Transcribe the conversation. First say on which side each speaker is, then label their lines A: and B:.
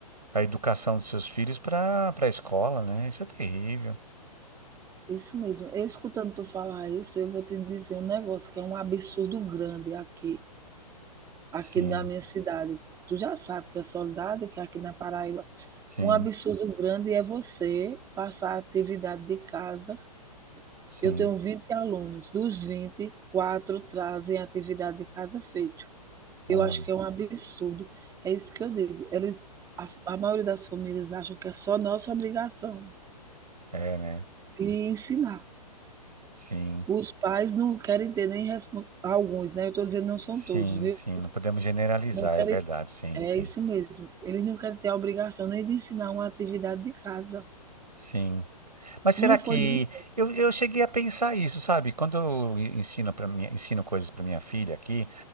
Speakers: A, on the right (about 80°); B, on the right (about 15°).
A: a educação dos seus filhos para para a escola, né? Isso é terrível.
B: Isso mesmo. Eu escutando tu falar isso, eu vou te dizer um negócio que é um absurdo grande aqui,
A: Sim,
B: aqui na minha cidade. Tu já sabe que é Soledade, que é aqui na Paraíba.
A: sim,
B: Um absurdo grande é você passar a atividade de casa.
A: sim.
B: Eu tenho 20 alunos, dos 20, 4 trazem atividade de casa feito.
A: Olha,
B: Eu acho que é um absurdo. É isso que eu digo. Eles, a, a maioria das famílias acham que é só nossa obrigação
A: é, né?
B: de ensinar.
A: Sim,
B: Os pais não querem ter nem respon- alguns, né? Eu estou dizendo não são
A: sim,
B: todos, viu?
A: sim. Não podemos generalizar,
B: Não querem,
A: é verdade, sim,
B: é
A: sim.
B: isso mesmo. Eles não querem ter a obrigação nem de ensinar uma atividade de casa.
A: Sim. Mas será
B: Uma
A: que
B: folhinha,
A: eu, eu cheguei a pensar isso, sabe? Quando eu ensino para minha, ensino coisas para minha filha aqui,